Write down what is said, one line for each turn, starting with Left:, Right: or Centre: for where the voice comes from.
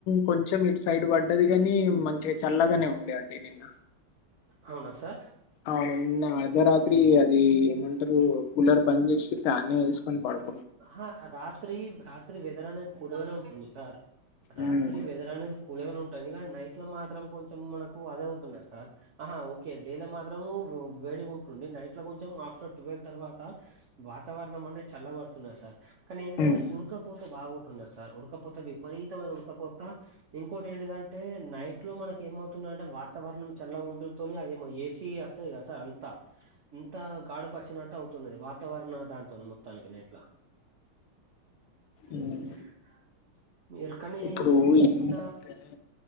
Left: కొంచం ఇటు సైడ్ పడ్ పడ్డది కాని మంచిగా చల్లగానే ఉండేండి నిన్న
Right: అవునా సార్
Left: అవును నిన్న అర్ధరాత్రి అది ఏమంటారు కూలర్ బంద్ చేసి ఫ్యాన్ యే ఏసుకుని పడుకు
Right: హా రాత్రి రాత్రి వెదర్ అనేది కూల్ గానే ఉంటుంది సార్ రాత్రి
Left: ఉమ్,
Right: వెదర్ అనేది కూల్ గానే ఉంటది ఎందు కంటే నైట్ లో మాత్రం కొంచెం మనకు అది అవుతున్నాది సార్ ఆహా ఓకే డేల మా వేడి ఉంటుంది నైట్ లో కొంచెం ఆఫ్టర్ ట్వెల్వ్ తర్వాత వాతావరణం అనే చల్లబడుతుంది సార్ కానీ ఏంటిదంటే
Left: ఉమ్,
Right: ఉడకపోత బాగుంటున్నారు సార్ ఉడకపోత విపరీతమైన ఉడకపోత ఇంకోటి ఏంటిది అంటే నైట్ ఇంట్లో మనకి ఏమవుతుంది అంటే వాతావరణం చల్లగా ఉండుతోని అదేమో ఏసీ వస్తది కదా సార్ అంతా ఇంత గాడ్పోచ్చినట్టు అవుతున్నది వాతావరణ దాంతో మొత్తానికి నైట్లా. ఆహ్.
Left: ఉమ్.
Right: మీరు కాని
Left: ఇప్పుడు
Right: ఇంత.
Left: ఏంటంటే